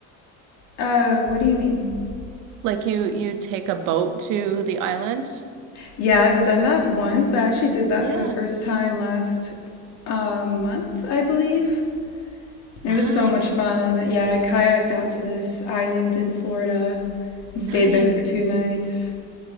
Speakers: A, on the left; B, on the right.
A: uh, what do you mean?
B: Like you you take a boat to the island?
A: Yeah, I've done that once. I actually did that
B: Yeah.
A: for the first time last uh, month, I believe. And
B: Wow.
A: it was so much fun. Yeah, I kayaked out to this island in Florida and stayed
B: Nice.
A: there for two nights.